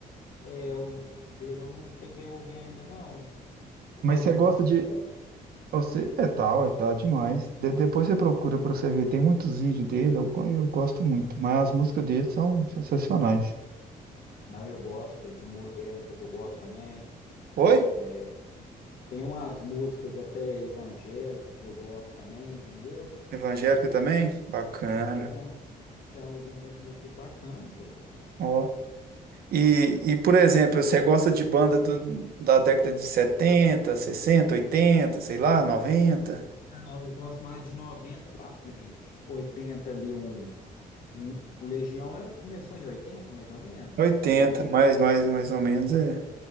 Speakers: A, on the left; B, on the right.
A: É, eu, dele eu não cheguei a ouvir ainda, não. Tá
B: Mas
A: fazendo
B: você gosta
A: muito sucesso?
B: de. Você, é tal, é tal demais. De- depois você procura pra você ver, tem muitos vídeos dele, eu, go- eu gosto muito. Mas as músicas dele são sensacionais.
A: Não, eu gosto de música que eu gosto também.
B: Oi?
A: É, Tem umas músicas até evangélica que eu gosto também, entendeu?
B: Evangélica também? Bacana.
A: É, tem, tem algumas músicas bacanas, bobo.
B: Ó. E, e, por exemplo, você gosta de banda do- da década de 70, 60, 80, sei lá, noventa,
A: Não, eu gosto mais de 90 pra frente. oitenta ali, um, um, o Legião é, começou em 80 mais ou menos.
B: oitenta,
A: Um Legião,
B: mais, mais, mais ou menos é.